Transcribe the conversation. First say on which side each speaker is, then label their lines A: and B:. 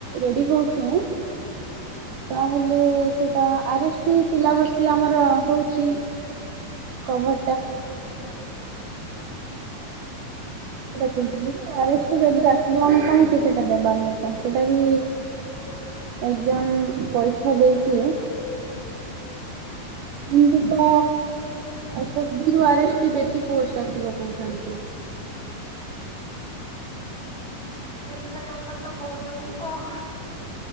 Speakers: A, on the right; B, in the centre.
A: ରେଡି ହଉଚୁ ତାହେଲେ
B: ହଁ
A: ସେ ଆର ଏସ୍ ଟି ସିଲାବସ ବି ଆମର ହଉଚି କଭ
B: ହଁ ହଁ।
A: ସେଇଟା କହୁଥିଲି କି ଆ ଏସ୍ ଟି ଯଦି ଆସିବ ଆମେ କାହିଁକି ସେଟା ଦେବାନି ଆକା। ସେଟା ବି ଏକଜାମ ପରୀକ୍ଷା ଟା ଦେଇକି ଈନତି ତ ଏସ୍ ଏସ୍ ବି ରୁ ଆର୍ ଏସ୍ ଟି ବେଶୀ ପୋଷ୍ଟ ଆସିବ କହୁଛନ୍ତି।
B: ଦେଖାଯାଉ ଖାଲି ତ କହୁଛନ୍ତି କଣ ହ